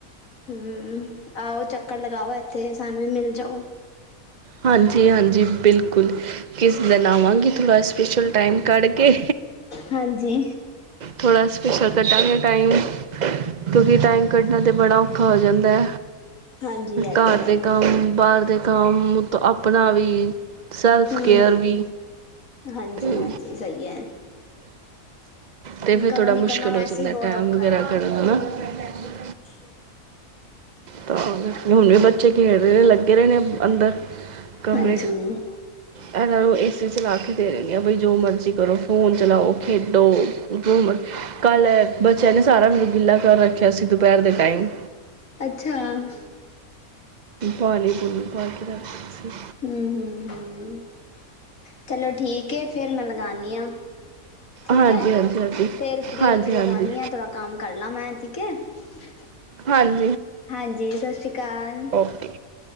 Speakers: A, on the left; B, on the right.
A: ਹੂੰ ਆਓ ਚੱਕਰ ਲਗਾਓ ਇੱਥੇ। ਤੇ ਸਾਨੂੰ ਵੀ ਮਿਲ ਜਾਓ।
B: ਹਾਂਜੀ ਹਾਂਜੀ ਬਿਲਕੁਲ ਕਿਸ ਦਿਨ ਆਵਾਂਗੀ ਥੋੜ੍ਹਾ ਸਪੈਸ਼ਲ ਟਾਈਮ ਕੱਢ ਕੇ
A: ਹਾਂਜੀ
B: ਥੋੜ੍ਹਾ ਸਪੈਸ਼ਲ ਕੱਢਾਂਗੇ ਟਾਈਮ ਕਿਉਂਕਿ ਟਾਈਮ ਕੱਢਣਾ ਤਾਂ ਬੜਾ ਔਖਾ ਹੋ ਜਾਂਦਾ।
A: ਹਾਂਜੀ ਇਹ
B: ਘਰ
A: ਤੇ ਹੈ
B: ਦੇ ਕੰਮ ਬਾਹਰ ਦੇ ਕੰਮ ਆਪਣਾ ਵੀ ਸੈਲਫ
A: ਹਮ
B: ਕੇਅਰ
A: ਹਮ
B: ਵੀ
A: ਹਾਂਜੀ
B: ਤੇ
A: ਹਾਂਜੀ ਸਹੀ ਹੈ
B: ਫੇਰ
A: ਘਰੋਂ
B: ਥੋੜਾ
A: ਨਿਕਲਣਾ
B: ਮੁਸ਼ਕਿਲ
A: ਵੈਸੇ
B: ਹੋ ਜਾਂਦਾ
A: ਹੀ ਬਹੁਤ
B: ਟੈਮ
A: ਔਖਾ
B: ਵਗੈਰਾ
A: ਹੈ
B: ਕਢਣਾ ਨਾ। <unintelligible>
A: <unintelligible>
B: ਤਾਂ ਹੁਣ ਵੀ ਬੱਚੇ ਖੇਡ ਰਹੇ ਨੇ ਲੱਗੇ ਰਹੇ ਨੇ ਅੰਦਰ ਕਮਰੇ
A: ਹਾਂਜੀ
B: ਐਨਾ ਨੂੰ ਏਸੀ ਚਲਾ ਕੇ ਦੇ ਦਿੰਨੀ ਆ ਵੀ ਜੋ ਮਰਜ਼ੀ ਕਰੋ ਫੋਨ ਚਲਾਓ ਖੇਡੋ ਜੋ ਮਰਜ਼ੀ ਕੱਲ ਬੱਚਿਆਂ ਨੇ ਸਾਰਾ ਗਿੱਲਾ ਕਰ ਰੱਖਿਆ ਸੀ ਦੁਪਹਿਰ ਦੇ ਟਾਈਮ
A: ਅੱਛਾ ਹਮ
B: ਪਾਣੀ ਪੁੱਜੀ ਭਰ ਕੇ ਰਖ ਤਾਂ ਸੀ।
A: ਹੂੰ ਹੂੰ ਹੂੰ ਚਲੋ ਠੀਕ ਹੈ ਫੇਰ ਮੈਂ ਲਗਾਦੀ ਹਾਂ ਠੀਕ
B: ਹਾਂਜੀ
A: ਹੈ
B: ਹਾਂਜੀ ਹਾਂਜੀ
A: ਫੇਰ ਫਰੀ
B: ਹਾਂਜੀ
A: ਹੋ ਕੇ ਲਗਾਦੀ
B: ਹਾਂਜੀ
A: ਹਾਂ ਥੋੜਾ ਕੰਮ ਕਰ ਲਾ ਮੈਂ ਠੀਕ ਹੈ। <unintelligible>
B: ਹਾਜੀ
A: ਹਾਂਜੀ ਸਤਿ ਸ੍ਰੀ ਅਕਾਲ
B: ਓਕੇ